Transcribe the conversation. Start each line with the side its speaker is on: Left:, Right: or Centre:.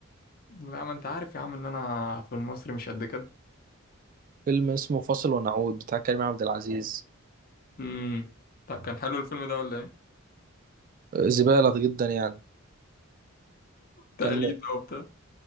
Left: لا ما أنت عارف يا عم إن أنا في المصري مش قد كده
Right: فيلم اسمه فاصل ونعود بتاع كريم عبد العزيز
Left: امم طب كان حلو الفيلم ده ولا إيه؟
Right: زبالة جدا يعني
Left: تقليد
Right: كان م-
Left: بقى وبتاع